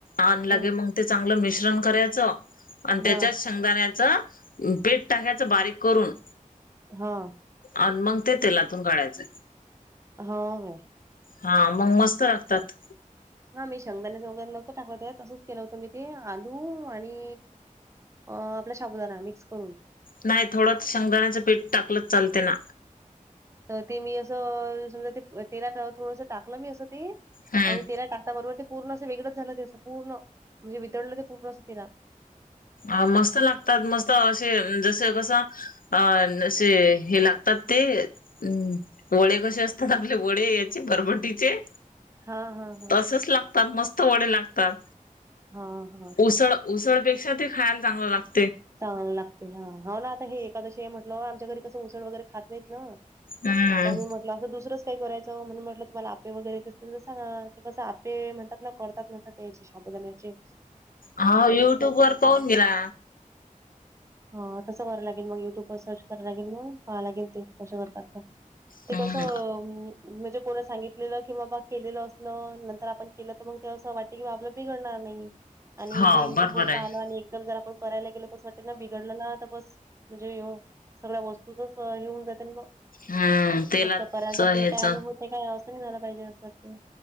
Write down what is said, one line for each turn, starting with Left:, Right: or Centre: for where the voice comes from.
Left: आण
Right: हम्म
Left: लगे मग ते चांगलं मिश्रण करायचं, आणि त्याच्याच
Right: हा
Left: शेंगदाण्याच पीट टाकायचं बारीक करून.
Right: हा.
Left: आण मग ते तेलातून काढायचंय.
Right: हा ह.
Left: हा, मग मस्त लागतात.
Right: हा मी शंगदानेच वगैरे नव्हत टाकल, त्यात तसच केलं होतं मी ते धू आणि आपला शाबुदाना मिक्स करून
Left: नाही थोडंचं शेंगदाण्याचं पीठ टाकलंच चालते ना?
Right: तर ते मी असं समजा ते तेलात थोडस टाकलं, मी असं ते
Left: हम्म
Right: आणि तेला टाकता बरोबर ते पूर्ण असं वेगळंच झालं, ते असं पूर्ण म्हणजे वितळलं ते पूर्णचं तेलात.
Left: अ मस्त लागतात, मस्त असे जस कसं? अ असे हे लागतात, ते. हम वडे कसे असतात, आपले वडे याचे बरमटीचे.
Right: हां हां हां.
Left: तसचं लागतात, मस्त वडे लागतात
Right: हां हां
Left: उसळं उसळ पेक्षा ते खायला चांगलं लागतं.
Right: चांगल लागत, हा हा ना आता हे एकादशी म्हट आमच्या घरी कसं उसळ वगैरे, खात नाहीत ना
Left: हम्म
Right: त मी असं दुसरंच काय करायचं, म्हणून म्हटलं तुम्हाला आप्पे वगैरे येत असतील तर सांगा. ते कसं आप्पे म्हणतात ना करतात म्हण तेच शाबुदाण्याचेच
Left: हा युट्युब वर पाहून घेणा.
Right: हा तसं करावं लागेल, मग युट्युब वर सर्च कराव लागेल, मग पाहाव लागेल ते कशावर करतात. ते
Left: हम्म
Right: कसं? म्हणजे कोण सांगितलेलं, कि बाबा केलेलं असलं नंतर आपण केलं, तर मग ते असं वाट आपल बिघडणार नाही, आणि
Left: हो
Right: हे युट्यूब
Left: बरोबर
Right: वर
Left: आहे
Right: पाहाल आणि एकदम जर आपण करायला गेलो अस वाटत ना, बिघडल ना, तर बस म्हणजे सगळ्या वस्तूचच हे होऊन जाते ना, मग.
Left: हम्म तेलाच
Right: एक तर कराय
Left: ह्याच
Right: जातयं काय? आणि हो ते काय अस नाही झाला पाहिजे, असं वाटते.